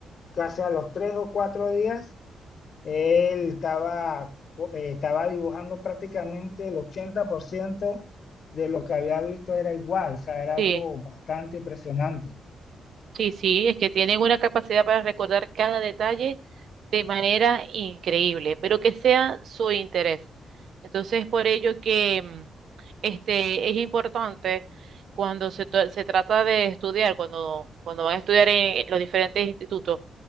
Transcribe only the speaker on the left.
casi a los tres o cuatro días él estaba, eh, estaba dibujando prácticamente el 80% de lo que había visto era igual, o sea, era algo
bastante impresionante.